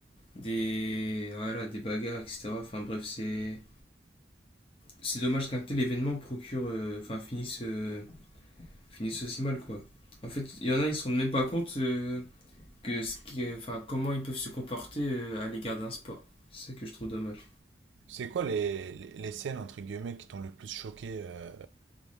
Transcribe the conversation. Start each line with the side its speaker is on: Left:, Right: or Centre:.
Left: des, voilà, des bagarres, etc. Enfin bref, c'est, c'est dommage qu'un tel événement procure, euh, enfin finisse euh, finissent aussi mal, quoi. En fait, il y en a, ils se rendent même pas compte euh, que ce qui est- enfin, comment ils peuvent se comporter euh, à l'égard d'un sport. C'est ça que je trouve dommage.
Right: C'est quoi les, les, les scènes entre guillemets qui t'ont le plus choqué euh,